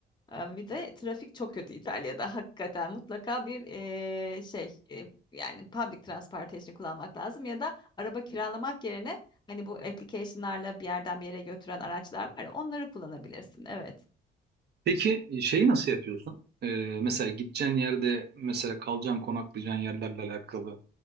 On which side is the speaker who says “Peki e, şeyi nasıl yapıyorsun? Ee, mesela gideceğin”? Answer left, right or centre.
Right